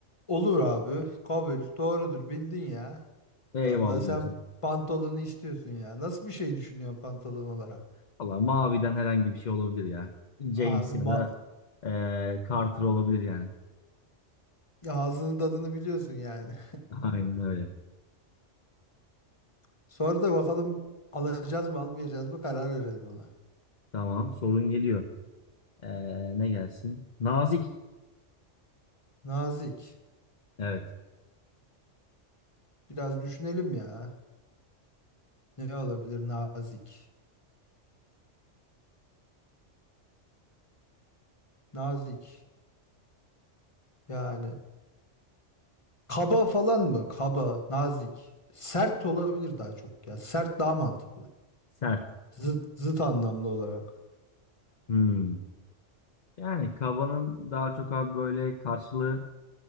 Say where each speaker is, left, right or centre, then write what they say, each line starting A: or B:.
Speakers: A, on the left (about 25°); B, on the left (about 40°).
A: Olur abi. Kabul. Doğrudur. Bildin ya.
B: Eyvallah
A: Allah sen
B: hacım.
A: pantolonu istiyorsun ya. Nasıl bir şey düşünüyorsun pantolon olarak?
B: Valla maviden herhangi bir şey olabilir ya. James
A: Abi
B: ya
A: ma
B: da Ee, Carter olabilir yani.
A: ya ağzının tadını biliyorsun yani.
B: Aynen öyle.
A: <laughs> Sonra da bakalım alacağız mı almayacağız mı karar verelim ona.
B: Tamam. Sorun geliyor. Ee, ne gelsin? Nazik.
A: Nazik.
B: Evet.
A: Biraz düşünelim ya. Ne olabilir nazik? Nazik. Yani kaba falan mı? Kaba, nazik. Sert olabilir daha çok ya. Sert daha mantıklı.
B: Sert.
A: Zıt, zıt anlamlı olarak.
B: Hmm. Yani kabanın daha çok abi böyle karşılığı